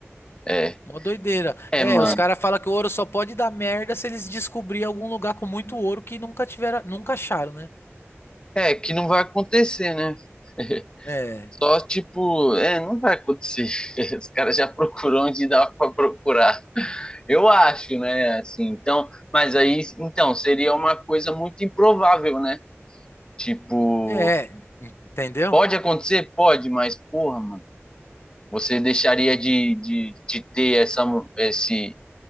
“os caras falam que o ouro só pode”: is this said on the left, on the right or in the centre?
Left